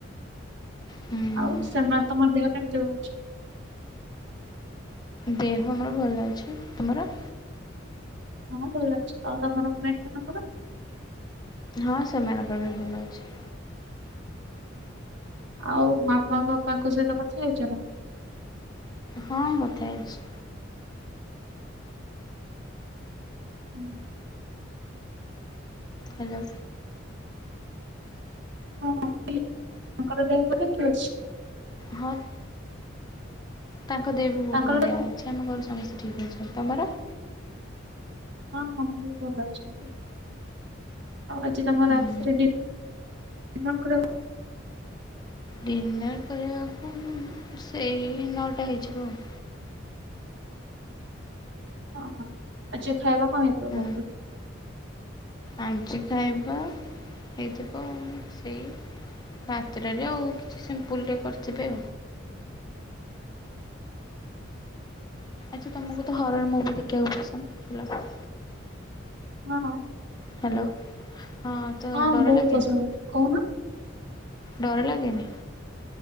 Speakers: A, on the left; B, on the right.
A: ହୁଁ
B: ଆଉ ସେମାନେ ତମ ଦେହ କେମିତି ଅଛି?
A: ଦେହ ମୋର ଭଲ ଅଛି ତମର?
B: ହଁ ଭଲ ଅଛି ଆଉ ତମ ମେଟ୍ ମାନଙ୍କର?
A: ହଁ ସେମାନ କର ବି ଭୁଲ ଅଛି।
B: ଆଉ ମାମା ବାପାଙ୍କ ସହିତ କଥା ହେଇଚ ନା?
A: ହଁ କଥା ହେଇଚି।
B: ହୁଁ।
A: ହାଲୋ।
B: ହଁ ମମି ତାଙ୍କର ଦେହ ଭଲ ଅଛି?
A: ହଁ। ତାଙ୍କ ଦେହ ବି ବହୁତ୍
B: ତାଙ୍କର
A: ବଢ଼ିଆ
B: ତ
A: ଅଛି ଆମ ଘରୁ ସମସ୍ତେ ଠିକ୍ ଅଛନ୍ତି ତମର?
B: ହଁ ହଁ ମମି ବି ଭଲ ଅଛନ୍ତି। ଆଉ ଆଜି ତମ
A: ହୁଁ
B: ରାଜ୍ ରେଡି <inaudible> ପୁରା।
A: ଡିନର୍ କରିବାକୁ ସେଇ ନଅଟା ହେଇଯିବ ଆଉ।
B: ଓଁ ହଁ ଆଜି ଖାଇବା କଣ ହେଇଥିବ
A: ହୁଁ
B: <inaudible>
A: ଆଜି ଖାଇବା ହେଇଥିବ ସେଇ ମାତ୍ରରେ ଆଉ କିଛି ସିମ୍ପୁଲ୍ ଟେ କରିଥିବେ। ଆଚ୍ଛା ତୁମକୁ ତ ହରର ମୁଭି ଦେଖିବାକୁ ପସନ୍ଦ <inaudible>
B: ହଁ।
A: ହାଲୋ ହଁ ତ
B: ହଁ
A: ଡର
B: ବହୁତ
A: ଲାଗେନି?
B: ପସନ୍ଦ। କହୁନ।
A: ଡର ଲାଗେନି?